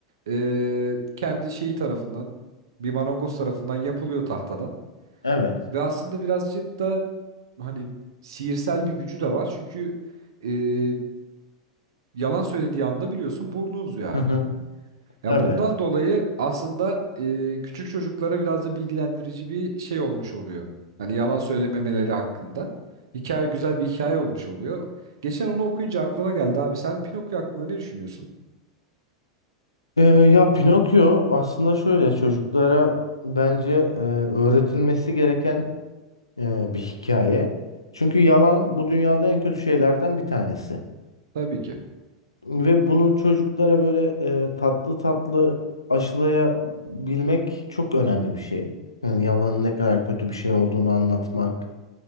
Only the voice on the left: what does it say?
Evet,
Hı hı.
evet.
Ee, ya Pinokyo aslında şöyle çocuklara bence e, öğretilmesi gereken e, bir hikaye. Çünkü yalan bu dünyada en kötü şeylerden bir tanesi.
Ve bunu çocuklara böyle e, tatlı tatlı aşılayabilmek çok önemli bir şey. Yani yalanın ne kadar kötü bir şey olduğunu anlatmak,